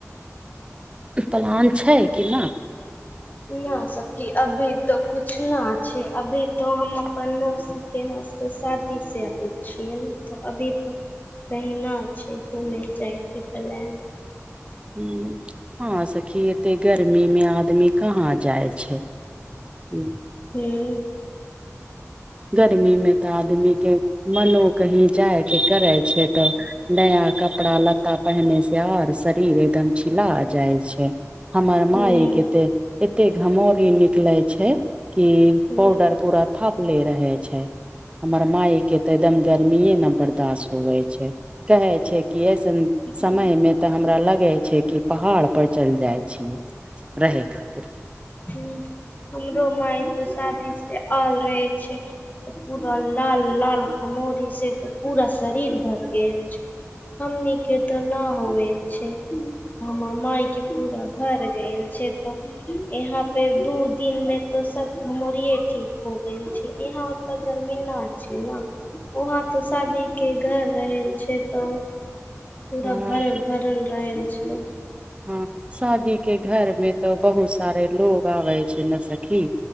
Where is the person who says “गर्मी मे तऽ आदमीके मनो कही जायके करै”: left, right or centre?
Right